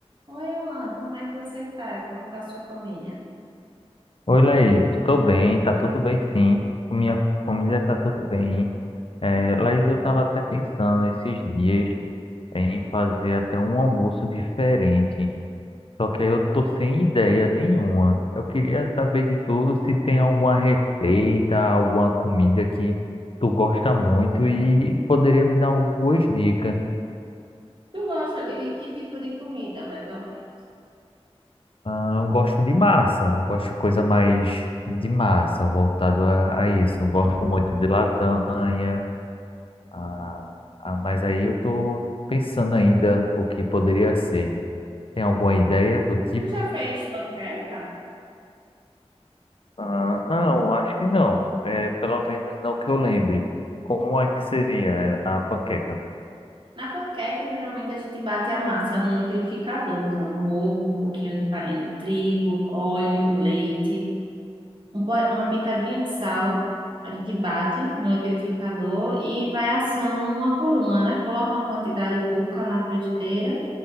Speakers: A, on the right (about 50°); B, on the left (about 55°).
A: Oi, Alan, como é que você tá? E Como tá a sua família?
B: Oi, Laís, estou bem, tá tudo bem sim, com minha família tá tudo bem. É, Laís, eu estava até pensando esses dias em fazer até um almoço diferente, só que aí eu tô sem ideia nenhuma. Eu queria saber de tudo se tem alguma receita, alguma comida que tu gosta muito e poderia me dar algumas dicas.
A: Tu gosta de que tipo de comida, mais ou menos?
B: Ah, eu gosto de massa, eu gosto de coisa mais de massa, voltado a, a isso. Eu gosto muito de lasanha. Ah, ah, mas aí eu tô pensando ainda o que poderia ser. Tem alguma ideia do tipo?
A: Tu já fez panqueca?
B: Ah, não, acho que não. É, pelo menos não que eu lembre. Como é que seria a panqueca?
A: Na panqueca, geralmente a gente bate a massa no liquidificador, usando um ovo, um pouquinho de farinha de trigo, óleo, leite, um po- uma pitadinha de sal. A gente bate no liquidificador e vai assando uma por uma, né? Coloca uma quantidade pouca na frigideira